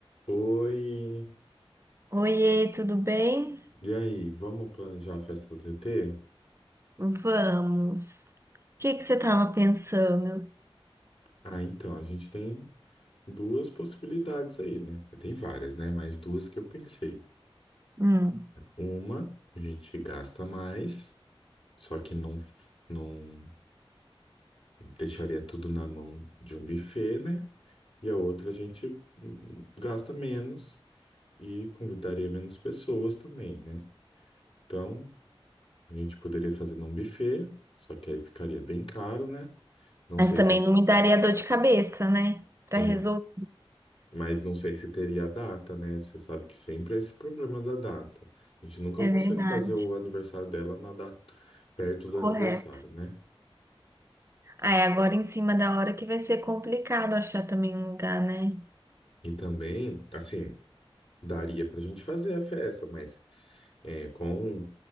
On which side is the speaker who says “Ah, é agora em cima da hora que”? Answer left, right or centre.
Right